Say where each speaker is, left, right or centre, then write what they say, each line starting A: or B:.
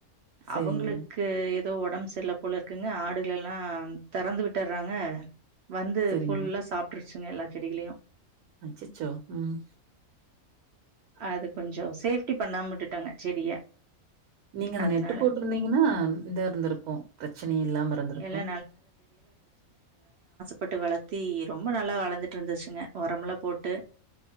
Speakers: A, on the right; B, on the right.
A: சரிங்க,
B: அவுங்ளுக்கு எப் எதோ ஒடம்பு செர்ல போலருக்குங்க ஆடுகளெல்லா தெறந்து விட்டறாங்க வந்து
A: சரிங்க.
B: ஃபுல்லா சாப்ட்ர் ச்சுங்க எல்லா செடிகளையூ
A: அச்சச்சோ ம்
B: அது கொஞ்சோ சேஃப்டி பண்ணாம விட்டுட்டாங்க செடிய
A: நீங்க அந்த
B: அதனால
A: நெட்டு போட்டிருந்தீங்கன்னா இதா இருந்திருக்கூ ப்ரச்சன இல்லாம இருந்திருக்கூ
B: எல்லா பட்டு வளத்தி ரொம்ப நல்லா வளந்துட்ருந்துச்சுங்க ஒரம்லா போட்டு